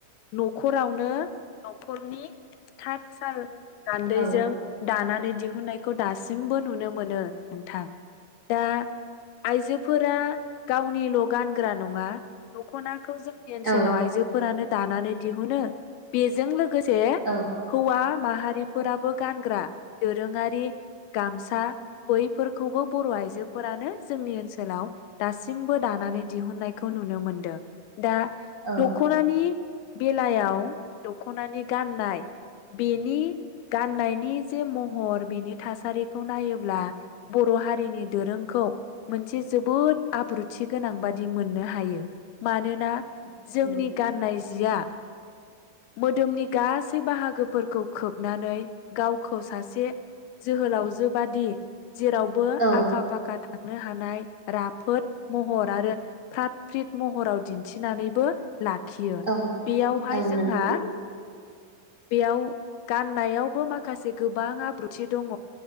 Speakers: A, on the left (about 80°); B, on the right (about 60°).
A: नखरावनो नखरनि थात साल गान्दैजों
B: औ नंगौ
A: दाना दिहुननायखौ दासिमबो नुनो मोनो नोंथां। दा आइजोफोरा गावनिल गानग्रा नङा दखना खौ जोंनि ओनसोलाव
B: औ
A: आइजोफोरानो दानानै दिहुनो। बेजों लो गोसे
B: औ
A: हौवा माहारिफोराबो गानग्रा दोरङारि गामसा बैफोरखौबो बर आइजोफोरानो जोंनि ओनसोलाव दासिमबो दानानै दिहुननायखौ नुनो मोनदों। दा
B: औ
A: दखनानि बेलायाव दख'नानि गाननाय बेनि गाननायनि महर बिनि थासारिखौ नायोब्ला बर' हारिनि दोरोंखौ मोनसे जोबोद आब्रुथि गोनां बादि मोननो हायो। मानोना
B: औ
A: जोंनि गाननाय जिया। मोदोमनि गासै बाहागोफोरखौ खोबनानै गाव खौ सासे। जोहोलाव जोबाइदि। जेरावबो
B: औ
A: आखा फाखा थांनो हानाय। राफोद महर आरो। फ्रात फ्रित महराव दिन्थिनानैबो लाखियो
B: औ
A: बेयावहाय
B: औ
A: जोंहा
B: नंगौ
A: बेयाव गाननायावबो माखासे माखासे गोबां आब्रुथि दङ।